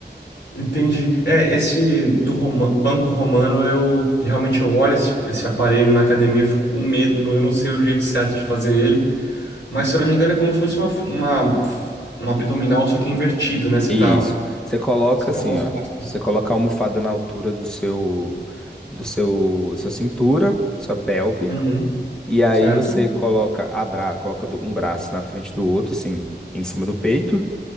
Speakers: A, on the left (about 90°); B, in the centre.
A: Entendi. É, esse do Roma- Banco Romano, eu realmente eu olho esse, esse aparelho na academia, eu fico com medo, eu não, eu não sei o jeito certo de fazer ele. Mas se eu não me engano, é como se fosse uma, uma, uma abdominal, só que invertido, né? Você
B: Isso.
A: tá,
B: Você coloca
A: você
B: assim,
A: tá usando as
B: ó.
A: costas.
B: Você coloca a almofada na altura do seu, do seu, sua cintura, sua pelve,
A: Uhum,
B: e aí
A: certo?
B: você coloca a bra, coloca do- um braço na frente do outro, assim, em cima do peito.